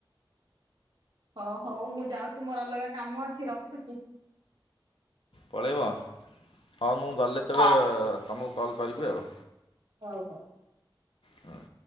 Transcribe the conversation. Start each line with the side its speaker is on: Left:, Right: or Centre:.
Right: ହଁ ହଉ ମୁଁ ଯାଉଚି ମୋର ଅଲଗା କାମ ଅଛି ରଖୁଚି।
Left: ପଳେଇବ ହଁ ମୁଁ ଗଲେ ତୁ ତମକୁ କଲ୍ କରିବି ଆଉ।
Right: ହଉ ହଉ।
Left: ହଁ